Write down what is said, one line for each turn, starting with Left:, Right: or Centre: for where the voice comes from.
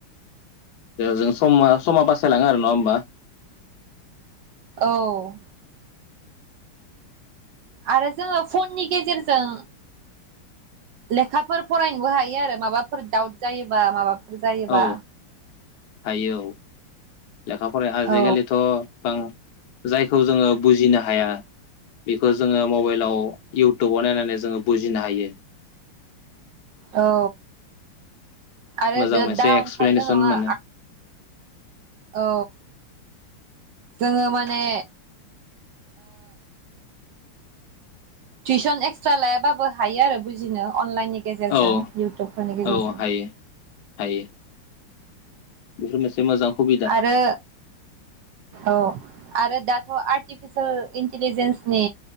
Left: जों समा समा बासायलाङो आरो नङा होमबा?
Right: औ आरो जोङो फननि गेजेरजों लेखाफोर फरायनोबो हायो आरो माबाफोर दाउट जायोबा माबा जायोबा
Left: औ हायो औ लेखा फराय आजिखालिथ'
Right: औ
Left: गोबां जायखौ जोङो बुजिनो हाया बेखौ जोङो मबाइलाव इउटुबाव नायनानै जोङो बुजिनो हायो।
Right: औ आरो
Left: मोजां
Right: बिर
Left: मोनसे
Right: दा
Left: एक्सप्लेनेसन
Right: ओंखारदों नोङो
Left: मोनो
Right: औ जोङो माने टिउसन एक्सट्रा लायाबाबो हायो आरो बुजिनो अनलाइननि जेरजों
Left: औ
Right: इउटुबफोरनि गेजेरजों
Left: औ हायो हायो बेफोर मोनसे मोजां सुबिदा
Right: आरो औ आरो दाथ' आर्टिफिसियेल इन्टिलिजेन्सनि